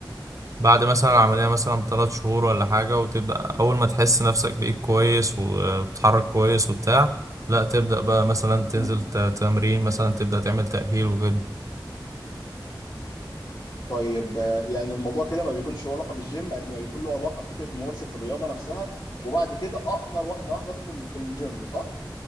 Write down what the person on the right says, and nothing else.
بعد مثلا العملية مثلا تلات شهور ولا حاجة وتبدأ أول ما تحس نفسك بإيد كويس وبتتحرك كويس وبتاع لا تبدأ بقى مثلا تنزل
ت- تمرين مثلا تبدأ تعمل تأهيل وكده